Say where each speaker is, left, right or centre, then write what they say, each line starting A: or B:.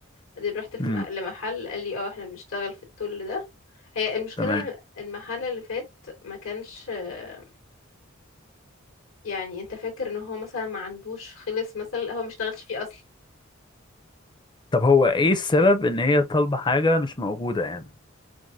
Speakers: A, on the left; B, on the left.
A: بعدين رحت في
B: امم
A: مح- لمحل قال لي اه احنا بنشتغل في التول ده هي المشكله
B: تمام
A: إن المحل اللي فات ما كانش آه، يعني انت فاكر ان هو مثلا ما عندوش خلص مثلا هو ما اشتغلش فيه اصلا
B: طب هو ايه السبب ان هي طالبة حاجة مش موجودة يعني